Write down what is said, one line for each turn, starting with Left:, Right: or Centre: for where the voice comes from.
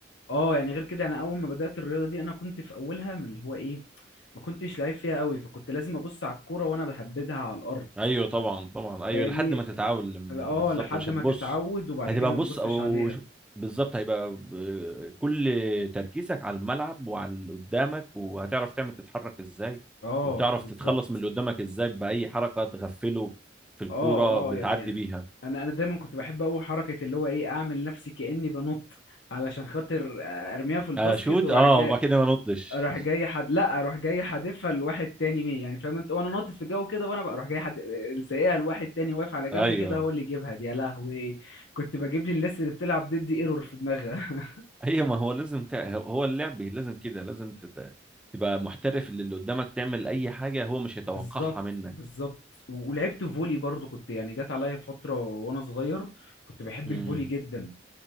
Left: اه يعني غير كده انا اول ما بدأت الرياضة دي انا كنت في اولها من اللي هو ايه ما كنتش لعيب فيها قوي فكنت لازم ابص على الكرة وانا بهبدها على الارض
Centre: ايوه طبعا طبعا ايوه
Left: فاهمني
Centre: لحد ما تتعلم
Left: اه
Centre: بالظبط
Left: لحد
Centre: مش
Left: ما
Centre: هتبص
Left: تتعود وبعد
Centre: هتبقى
Left: كده ما
Centre: بص
Left: تبصش
Centre: او
Left: عليها
Centre: ش- بالظبط هيبقى ب- كل تركيزك على الملعب وعلى اللي قدامك وهتعرف تعمل تتحرك ازاي
Left: اه
Centre: وتعرف
Left: بالظبط
Centre: تتخلص من اللي قدامك ازاي باي حركه تغفله في الكوره
Left: اه
Centre: بتعدي
Left: اه يعني
Centre: بيها
Left: انا انا دايما كنت بحب قوي حركه اللي هو ايه اعمل نفسي كاني بنط علشان خاطر ارميها في الباسكت
Centre: اشوت
Left: وراح
Centre: اه
Left: جاي
Centre: وبعد كده ما نطش
Left: راح جاي حد لا اروح جاي حادفها لواحد تاني مين يعني فاهم انت وانا ناطط في الجو كده وانا بقى اروح جاي حد سايقها لواحد تاني واقف على جنب
Centre: <laughs> ايوه
Left: كده هو اللي يجيبها دي يا لهوي كنت بجيب لي الناس اللي بتلعب ضدي ايرور في دماغها
Centre: هي ما هو لازم تع... هو اللعب لازم كده لازم تت... تبقى محترف اللي اللي قدامك تعمل اي حاجه هو مش
Left: <laughs>
Centre: هيتوقعها
Left: بالظبط
Centre: منك
Left: بالظبط و- ولعبت فولي برضو كنت يعني جت عليا فتره وانا صغير كنت بحب
Centre: امم
Left: الفولي جدا